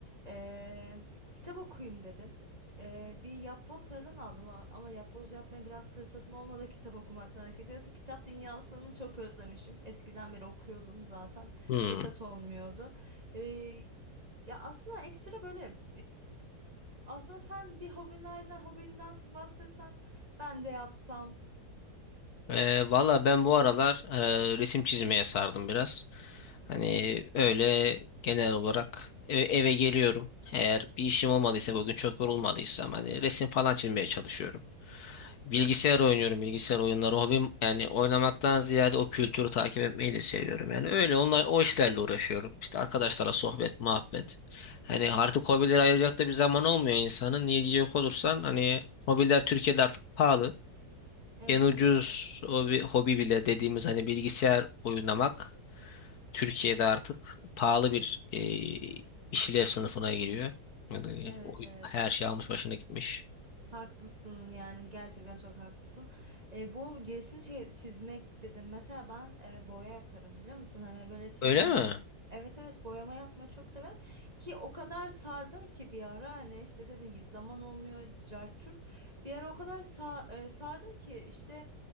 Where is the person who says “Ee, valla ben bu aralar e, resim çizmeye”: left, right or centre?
Left